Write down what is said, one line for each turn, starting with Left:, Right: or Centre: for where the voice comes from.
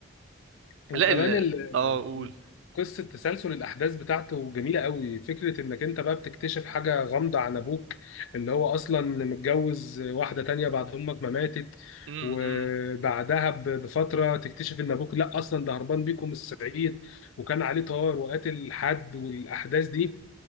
Left: <laughs> وكمان
Right: لا ال
Left: ال-
Right: اه قول
Left: قصة تسلسل الأحداث بتاعته جميلة قوي فكرة إنك أنت بقى بتكتشف حاجة غامضة عن أبوك اللي هو أصلا متجوز واحدة تانية بعد أمك ما ماتت
Right: امم
Left: وبعدها ب- بفترة تكتشف إن أبوك لأ أصلا ده هربان بيكم من الصعيد وكان عليه طار وقاتل حد والأحداث دي